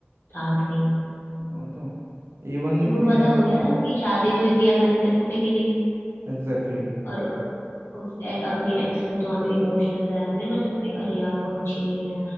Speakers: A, on the left; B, on the right.
A: साथ में ही
B: वही तो इवन
A: उनको
B: ये
A: पता
B: और
A: हो गया ना कि शादी तो इतनी आसानी से टूटेगी नहीं
B: एग्जैक्टली
A: और उस ए, अपने एक्स को तो हम इमोशनल ब्लैकमेल कर सकते हैं अरे यार वो अच्छी नहीं है